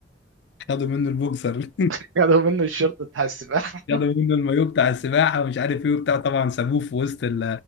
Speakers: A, on the left; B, on the right.
A: خدوا منه البوكسر
B: <laughs> خدوا منه الشرطه بتاع السباحه
A: خدوا منه المايوه بتاع السباحه ومش عارف ايه وبتاع طبعا سابوه في وسط ال